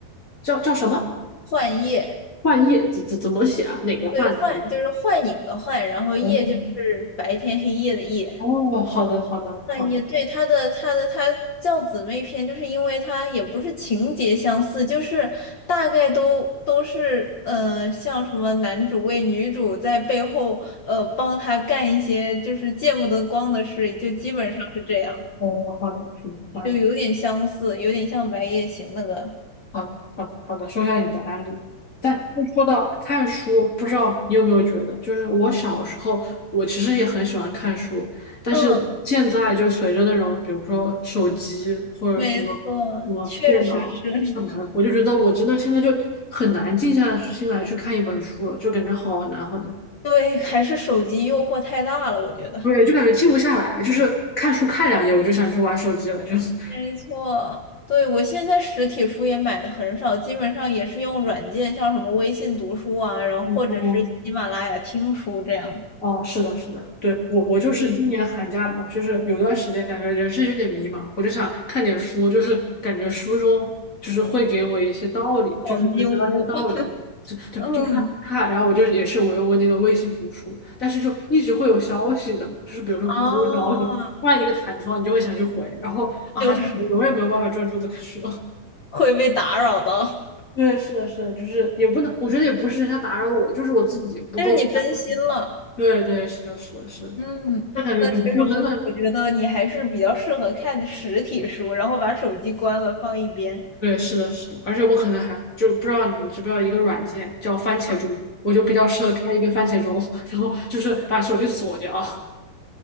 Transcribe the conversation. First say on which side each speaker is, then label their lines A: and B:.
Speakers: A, on the left; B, on the left.
A: 叫叫什么？
B: 幻夜，
A: 幻夜怎怎怎么写啊？哪个幻字？
B: 对，幻就是幻影的幻，然后夜就是白天黑夜的夜。
A: 哦哦，好的好的好的，
B: 哎，也对，他的他的他叫姊妹篇，就是因为他也不是情节相似，就是大概都都是呃，像什么男主为女主在背后呃帮他干一些就是见不得光的事，就基本上是这样，
A: 哦好的，行，好的。
B: 就有点相似，有点像《白夜行》那个。
A: 好的，好的，好的，说一下你的案例。但说到看书，不知道你有没有觉得，就是我小时候，我其实也很喜欢看书，但是现在就随着那种，
B: 嗯，
A: 比如说手机或者说什么电脑干嘛的，
B: 没错，确实是，
A: 我就觉得我真的现在就很难静下心来去看一本书了，就感觉好难好难，
B: <laughs> 对，还是手机诱惑太大了，我觉得。
A: 对，就感觉静不下来，就是看书看两页我就想去玩手机了，就是。
B: 没错，对，我现在实体书也买的很少，基本上也是用软件，像什么微信读书啊，然后或者是喜马拉雅听书这样。
A: 哦哦，是的，是的，对，我我就是今年寒假嘛，
B: 对，
A: 就是有段时间感觉人生有点迷茫，我就想看点书，就是感觉书中就是会给我一些道理，
B: 黄金屋，
A: 就是能学到一些道理，
B: <laughs>
A: 就就就看看，
B: 嗯，
A: 然后我就也是我用我那个微信读书，但是就一直会有消息的，就是比如说朋友找你，
B: 啊，
A: 突然一个弹窗，你就会想去回，然后啊，
B: 就是
A: 就永远没有办法专注的看书。<laughs>
B: 会被打扰到，
A: 对，是的，是的，就是也不能，我觉得也不是人家打扰我，就是我自己不够。
B: 但是你分心了。
A: <laughs> 对对，是的，是的，是的。
B: 嗯，
A: 那感觉读书真的，
B: 那确实，我那我觉得你还是比较适合看实体书，然后把手机关了放一边。
A: 对，是的，是的，而且我可能还就不知道你知不知道一个软件叫番茄钟，
B: 嗯，
A: 我就比较适合开一个番茄钟，<laughs> 然后就是把手机锁掉。